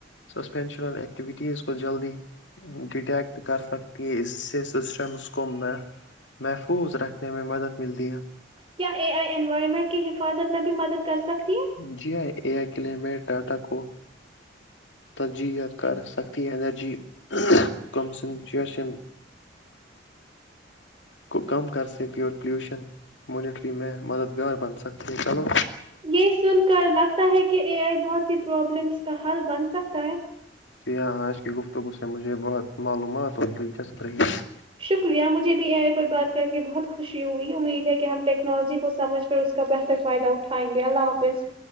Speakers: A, on the left; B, on the right.
A: سسپینشنل اکٹوٹٹیز کوت جلدی ڈیٹیکٹ کر سکتی ہے اس سے سسٹمس کو میں محفوظ رکھنے میں مدد ملتی ہے
B: کیا اے آئی انوائرمنٹ کی حفاظت میں بھی مدد کر سکتی ہے
A: جی اے آئی کلے میں ٹاٹا کو تججیت کر سکتی انینرجی کنسنٹریشن کو کم کر سکتی اور پلیوشن مانیٹرنگ میں مددگار بن سکتے ہے چلو
B: یہ سن لگتا ہے کہ اے آئی بہت سی پروابلمس کا حل بن سکتا ہے
A: ہاں آج کی توگ اس سے مجھے بہت معلومات اور دلچسپ رہی
B: شکریہ مجھے بھی اے آئی پر بات کر کے بہت خوشی ہوئی امید ہے کہ ہم ٹیکنالوجی کو سمجھ کر اس کا بہتر فائدہ اٹھائیں گے اللہ حافظ